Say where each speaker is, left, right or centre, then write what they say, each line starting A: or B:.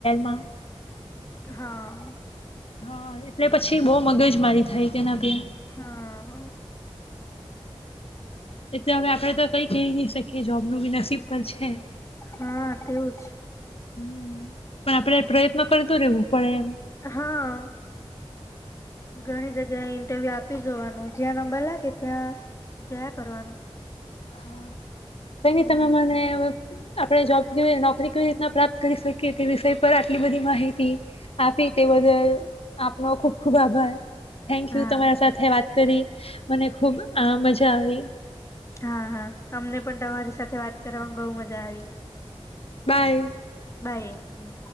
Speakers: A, on the left (about 65°); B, on the left (about 30°).
A: માં
B: હા.
A: હા એટલે પછી બહુ મગજ મારી થાય. તેના પ્યા
B: હા હ.
A: એટલે હવે આપડે તો કઈ કહી નહી શકીએ જોબ ન બી નસીબ પર છે.
B: હા તેવુંજ
A: હમ પણ આપડે પ્રયત્ન કરતું રહેવું પડે એમ.
B: હા. ઘણી જગ્યાએ ઇન્ટરવ્યુ આપી જોવાનું જ્યાં નંબર લાગે ત્યાં જયા કરવાનું.
A: હા. કઈ
B: હમ
A: તમે મને આપણે જોબ નોકરી કવી રીતના પ્રાપ્ત કરી શકીએ તે વિષય પર આટલી બધી માહિતી આપી તે બદલ આપનો ખુબ ખુબ આભાર. Thank
B: હા
A: you. તમારા સાથે વાત કરી મને ખુબ આ મજા આવી.
B: હા હા અમને પણ તમારી સાથે વાત કરવામાં બહુ મજા આવી.
A: બાય.
B: બાઈ હમ